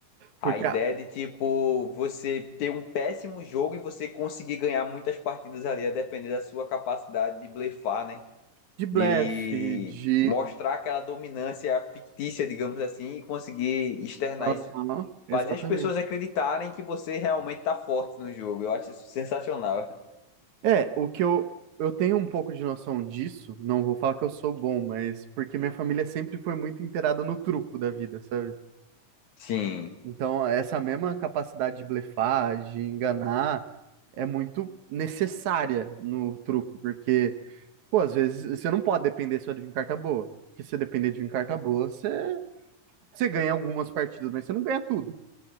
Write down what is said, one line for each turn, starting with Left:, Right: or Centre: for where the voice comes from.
Left: A
Right: Porque
Left: ideia
Right: a-
Left: de, tipo, você ter um péssimo jogo e você conseguir ganhar muitas partidas ali, a depender da sua capacidade de blefar, né?
Right: de blefe,
Left: De
Right: de.
Left: mostrar aquela dominância fictícia, digamos assim, e conseguir externar
Right: Aham,
Left: isso
Right: exatamente.
Left: Fazer as pessoas acreditarem que você realmente tá forte no jogo. Eu acho isso sensacional.
Right: É, o que eu, eu tenho um pouco de noção disso, não vou falar que eu sou bom, mas porque minha família sempre foi muito inteirada no truco da vida, sabe?
Left: Sim,
Right: Então, essa mesma capacidade de blefar, de enganar, é muito necessária no truco, porque, pô, às vezes você não pode depender só de vir carta boa, porque se você depender de vir carta boa, você, você ganha algumas partidas, mas você não ganha tudo.